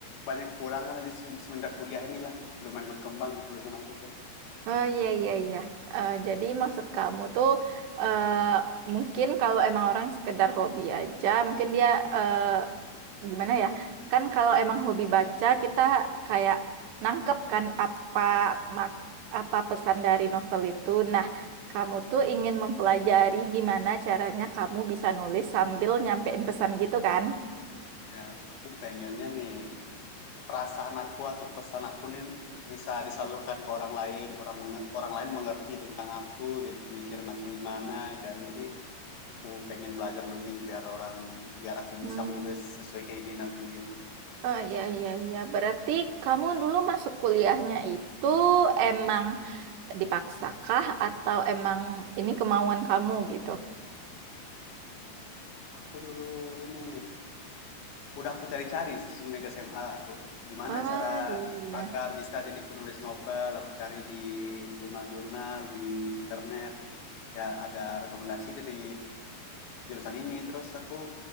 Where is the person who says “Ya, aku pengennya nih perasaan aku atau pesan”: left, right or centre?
Left